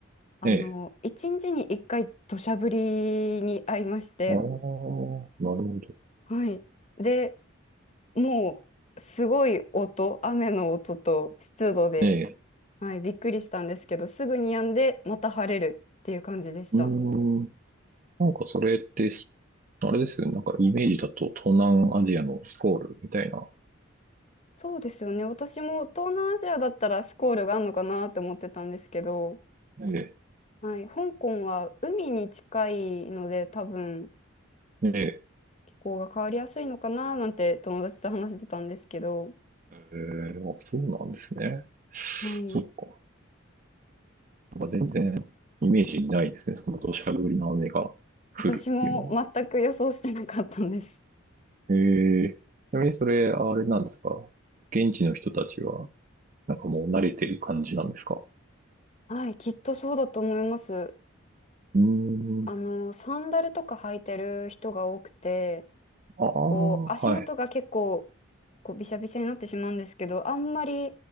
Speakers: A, on the left; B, on the right.
A: あの、
B: ええ。
A: 1日に1回土砂降りに遭いまして、
B: ああ、なるほど。
A: はい。で、もう、すごい音、雨の音と湿度で、
B: ええ。
A: はい、びっくりしたんですけど、すぐに止んで、また晴れるっていう感じでした。
B: うーん。なんかそれって、あれですよね。なんかイメージだと東南アジアのスコールみたいな。
A: そうですよね。私も東南アジアだったらスコールがあるのかなって思ってたんですけど、
B: ええ。
A: はい、香港は海に近いので、多分
B: え
A: 気候が変わりやすいのかななんて友達と話してたんですけど、
B: えー、あ、そうなんですね。そっか。
A: はい、
B: なんか全然イメージにないですね。その土砂降りの雨が降るっていうのは。
A: 私も全く予想してなかったんです。
B: えー、ちなみにそれ、あれなんですか現地の人たちは、なんかもう慣れてる感じなんですか
A: はい、きっとそうだと思います。
B: うー
A: あの、
B: ん。
A: サンダルとか履いてる人が多くて、
B: ああ、
A: こう、足元が結構、
B: はい。
A: こう、びしゃびしゃになってしまうんですけど、あんまり